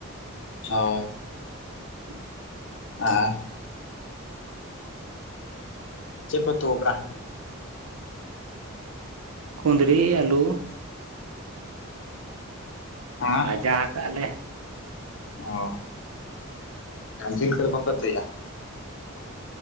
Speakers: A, on the left; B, on the right.
A: ᱦᱳᱭ ᱾
B: ᱦ
A: ᱦᱮᱸ ᱪᱮᱫ ᱯᱮ ᱩᱛᱩ ᱟᱠᱟᱜᱼᱟ?
B: ᱠᱩᱫᱽᱨᱤ, ᱟᱞᱩ
A: ᱦᱮᱸ
B: ᱵᱷᱟᱡᱟ ᱟᱠᱟᱫ ᱞᱮ ᱾
A: ᱚ, ᱟᱨ ᱡᱤᱞ ᱠᱚᱫᱚ ᱵᱟᱯᱮ ᱩᱛᱩᱭ ᱫᱟ?